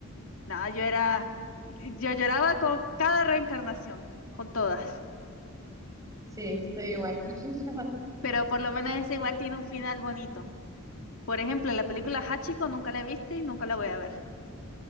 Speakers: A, on the left; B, on the right.
A: Nada, yo era, yo lloraba con cada reencarnación, con todas.
B: Sí, estoy igual. <laughs>
A: Pero por lo menos esa igual tiene un final bonito. Por ejemplo, la película Hachiko nunca la he visto y nunca la voy a ver.